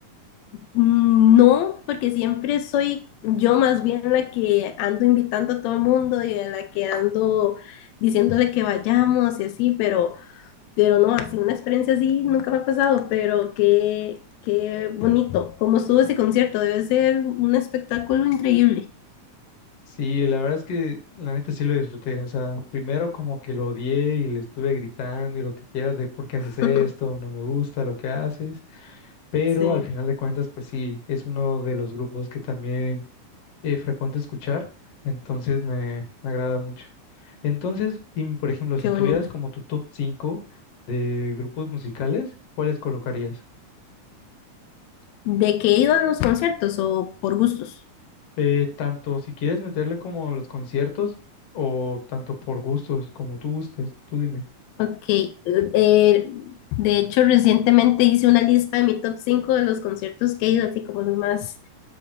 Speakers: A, on the left; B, on the left.
A: Mm, No, porque siempre soy yo más bien la que ando invitando a todo el mundo y a la que ando diciéndole que vayamos y así, pero, pero no, así una experiencia así nunca me ha pasado, pero qué, qué bonito, cómo estuvo ese concierto, debe ser un espectáculo increíble.
B: Sí, la verdad es que la neta sí lo disfruté. O sea, primero como que lo odié y le estuve gritando y lo que quieras de por qué haces
A: <laughs>
B: esto, no me gusta lo que haces, pero
A: Sí,
B: al final de cuentas, pues sí, es uno de los grupos que también eh, frecuente escuchar, entonces me, me agrada mucho. Entonces, dime, por ejemplo,
A: qué
B: si tuvieras
A: bonito.
B: como tu top 5 de grupos musicales, ¿cuáles colocarías?
A: ¿De qué he ido a los conciertos o por gustos?
B: Eh, tanto si quieres meterle como los conciertos o tanto por gustos, como tú gustes, tú dime.
A: Ok, eh, eh, de hecho recientemente hice una lista de mi top 5 de los conciertos que he ido, así como los más